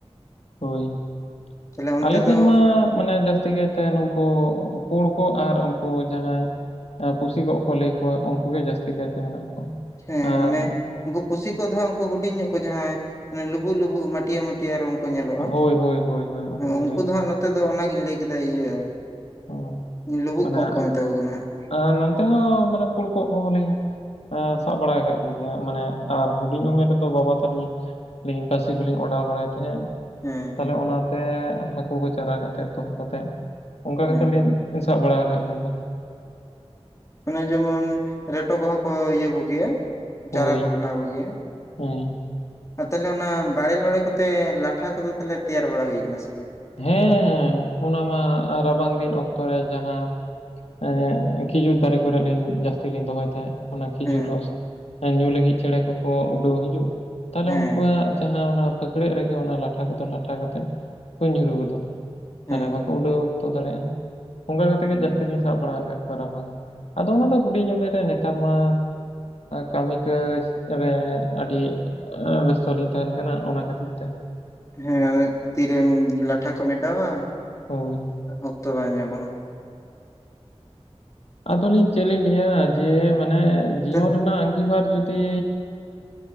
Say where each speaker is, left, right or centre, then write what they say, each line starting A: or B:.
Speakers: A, on the left (about 70°); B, on the left (about 30°).
A: ᱦᱳᱭ,
B: ᱛᱟᱦᱞᱮ ᱚᱱᱛᱮ
A: ᱟᱞᱮ
B: ᱫᱚ
A: ᱥᱮᱱ ᱢᱟ ᱢᱟᱱᱮ ᱡᱟᱹᱥᱛᱤ ᱠᱟᱭᱛᱮ ᱱᱩᱝᱠᱩ ᱯᱩᱲ ᱠᱚ ᱟᱨ ᱩᱱᱠᱩ ᱡᱟᱦᱟᱸᱭ ᱮ ᱯᱩᱥᱤ ᱠᱚᱹᱜ ᱠᱚ ᱞᱟᱹᱭ ᱠᱚᱣᱟ ᱩᱝᱠᱩ ᱜᱮ ᱡᱟᱹᱥᱛᱤ ᱠᱟᱭᱛᱮ ᱢᱮᱱᱟᱜ ᱠᱚᱣᱟ᱾
B: ᱦᱮᱸ ᱦᱮᱸ
A: ᱟᱨ
B: ᱢᱟᱱᱮ ᱩᱱᱠᱩ ᱯᱩᱥᱤ ᱠᱚᱹᱜ ᱫᱚ ᱦᱟᱸᱜ ᱩᱝᱠᱩ ᱦᱩᱰᱤᱧ ᱧᱚᱜ ᱠᱚ ᱡᱟᱦᱟᱸᱭ ᱢᱟᱱᱮ ᱞᱩᱵᱩᱜ ᱞᱩᱵᱩᱜ ᱢᱟᱹᱴᱭᱟᱹ ᱢᱟᱹᱴᱭᱟᱹ ᱢᱟᱹᱴᱤᱭᱟᱹ ᱨᱚᱝ ᱠᱚ ᱧᱮᱞᱚᱜᱼᱟ
A: ᱦᱳᱭ ᱦᱳᱭ ᱦᱳᱭ ᱦᱳᱭ ᱩᱱᱠᱩ
B: ᱦᱮᱸ ᱩᱝᱠᱩ
A: ᱜᱮ
B: ᱫᱚ ᱦᱟᱸᱜ ᱱᱚᱛᱮᱫ ᱫᱚ ᱚᱱᱟᱜᱤᱧ ᱞᱟᱹᱭ ᱠᱮᱫᱟ ᱤᱭᱟᱹ
A: ᱦᱩᱸ
B: ᱞᱩᱵᱩᱜ
A: ᱢᱟᱱᱮ
B: ᱠᱚᱸᱜ ᱠᱚ ᱢᱮᱛᱟ ᱠᱚ ᱠᱟᱱᱟ ᱦᱟᱸᱜ᱾
A: ᱟᱨ ᱱᱚᱱᱛᱮ ᱦᱚᱸ ᱢᱟᱱᱮ ᱯᱩᱲᱠᱚᱹᱜ ᱠᱚᱞᱤᱧ ᱟᱸ ᱥᱟᱵ ᱵᱟᱲᱟ ᱠᱟᱫ ᱠᱚᱜᱮᱭᱟ, ᱢᱟᱱᱮ ᱟᱨ ᱦᱩᱰᱤᱧ ᱩᱢᱮᱨ ᱨᱮᱫᱚ ᱵᱟᱵᱟ ᱛᱟᱹᱞᱤᱧ ᱟᱹᱞᱤᱧ ᱯᱟᱥᱤ ᱠᱚᱞᱤᱧ ᱚᱰᱟᱣ ᱵᱟᱲᱟᱭ ᱛᱟᱦᱮᱸᱫ᱾
B: ᱦᱮᱸ
A: ᱛᱟᱦᱞᱮ ᱚᱱᱟᱛᱮ ᱦᱟᱹᱠᱩ ᱠᱚ ᱪᱟᱨᱟ ᱠᱟᱛᱮᱜ ᱫᱚᱦᱚ ᱠᱟᱛᱮᱫ ᱚᱝᱠᱟ
B: ᱦᱮᱸ
A: ᱠᱟᱛᱮ ᱞᱤᱧ ᱥᱟᱵ ᱵᱟᱲᱟ ᱠᱟᱜ ᱠᱚᱜᱮᱭᱟ᱾
B: ᱚᱱᱮ ᱡᱮᱢᱚᱱ ᱨᱮᱴᱚ ᱠᱚᱦᱚᱸ ᱠᱚ ᱤᱭᱟᱹ ᱠᱚᱜᱮᱭᱟ᱾
A: ᱦᱳᱭ
B: ᱪᱟᱨᱟ ᱠᱚ ᱵᱮᱱᱟᱣ ᱠᱚᱜᱮᱭᱟ᱾
A: ᱦᱮᱸ
B: ᱟᱨ ᱛᱟᱦᱞᱮ ᱚᱱᱟ ᱵᱟᱲᱮ ᱞᱚᱲᱮ ᱠᱚᱛᱮ ᱞᱟᱴᱷᱟ ᱠᱚᱫᱚ ᱛᱟᱦᱞᱮ ᱛᱮᱭᱟᱨ ᱵᱟᱲᱟ ᱦᱩᱭ ᱠᱟᱱᱟ ᱥᱮ ᱵᱟᱝ?
A: ᱦᱮᱸ ᱚᱱᱟᱢᱟ ᱨᱟᱵᱟᱝ ᱫᱤᱱ ᱚᱠᱛᱚ ᱨᱮ ᱡᱟᱦᱟᱸ ᱮᱸᱜ ᱠᱷᱤᱡᱩᱨ ᱫᱟᱨᱮ ᱠᱚᱨᱮ ᱞᱤᱧ ᱡᱟᱹᱥᱛᱤ ᱞᱤᱧ ᱫᱚᱦᱚᱭ ᱛᱟᱦᱮᱸᱫ᱾ ᱚᱱᱟ ᱠᱷᱤᱡᱩᱨ
B: ᱦᱮᱸ
A: ᱨᱚᱥ ᱮᱸ ᱧᱩ ᱞᱟᱹᱜᱤᱫ ᱪᱮᱬᱮ ᱠᱚᱠᱚ ᱩᱰᱟᱹᱣ ᱦᱤᱡᱩᱜ ᱛᱟᱦᱞᱮ
B: ᱦᱮᱸ
A: ᱩᱝᱠᱩᱣᱟᱜ ᱡᱟᱦᱟᱸ ᱚᱱᱟ ᱯᱷᱟᱹᱠᱲᱟᱹᱜ ᱨᱮᱜᱮ ᱚᱱᱟ ᱞᱟᱴᱷᱟ ᱠᱚᱫᱚ ᱞᱟᱴᱷᱟ ᱠᱟᱛᱮᱜ ᱠᱚ ᱧᱩᱨᱩ ᱜᱚᱫᱚᱜ
B: ᱦᱮᱸ
A: ᱛᱟᱦᱞᱮ ᱵᱟᱠᱚ ᱩᱰᱟᱹᱣ ᱚᱠᱛᱚ ᱫᱟᱲᱮᱭᱟᱜᱼᱟ, ᱚᱱᱠᱟ ᱠᱟᱛᱮᱜ ᱜᱮ ᱡᱟᱹᱥ ᱛᱮᱞᱤᱧ ᱥᱟᱵ ᱵᱟᱲᱟ ᱠᱟᱫ ᱠᱚᱣᱟ ᱨᱟᱵᱟᱝ ᱟᱫᱚ ᱚᱱᱟ ᱫᱚ ᱦᱩᱰᱤᱧ ᱩᱢᱮᱨ ᱨᱮ ᱱᱮᱛᱟᱨ ᱢᱟ ᱠᱟᱹᱢᱤ ᱠᱟᱹᱡ ᱨᱮ ᱟᱹᱰᱤ ᱟᱹ ᱵᱮᱥᱛᱚ ᱞᱤᱧ ᱛᱟᱦᱮᱸᱱ ᱠᱟᱱᱟ ᱚᱱᱟ ᱠᱷᱟᱹᱛᱤᱨ ᱛᱮ,
B: ᱦᱮᱸ ᱛᱤᱨᱮᱢ ᱞᱟᱴᱷᱟ ᱠᱚᱢ ᱮᱰᱟᱣᱟ?
A: ᱦᱳᱭ᱾
B: ᱚᱠᱛᱚ ᱵᱟᱝ ᱧᱟᱢᱚᱜᱼᱟ᱾
A: ᱟᱫᱚᱞᱤᱧ ᱪᱮᱫ ᱞᱤᱧ ᱞᱟᱹᱭᱟ ᱡᱮ ᱢᱟᱱᱮ ᱡᱤᱭᱚᱱ
B: ᱪᱮᱫ
A: ᱨᱮᱱᱟᱜ ᱟᱤᱵᱷᱟᱨ ᱡᱩᱫᱤ